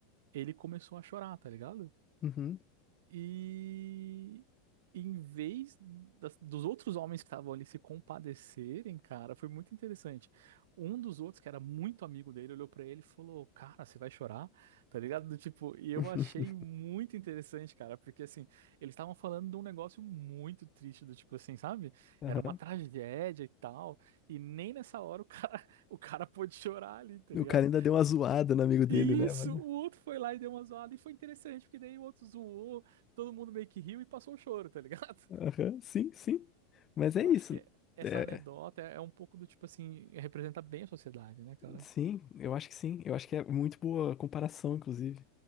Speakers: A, on the right; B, on the left.
A: ele começou a chorar, tá ligado?
B: uhum,
A: E em vez das- dos outros homens que estavam ali se compadecerem, cara, foi muito interessante. Um dos outros, que era muito amigo dele, olhou pra ele e falou: Cara, você vai chorar? Tá ligado? Do tipo, e eu
B: <laughs>
A: achei muito interessante, cara, porque assim, eles estavam falando de um negócio muito triste, do tipo assim, sabe?
B: aham.
A: Era uma tragédia e tal, e nem nessa hora o cara, <laughs> o cara pôde chorar ali, tá
B: O
A: ligado?
B: cara ainda deu uma zoada no amigo dele,
A: Isso,
B: né, mano?
A: o outro foi lá e deu uma zoada e foi interessante, porque daí o outro zoou, todo mundo meio que riu e passou o choro, tá ligado?
B: Aham, sim, sim.
A: <laughs>
B: Mas
A: Eu
B: é isso.
A: acho que é- essa
B: É,
A: anedota é é um pouco do tipo assim, representa bem a sociedade, né, cara?
B: sim, eu acho que sim. Eu acho que é muito boa comparação, inclusive.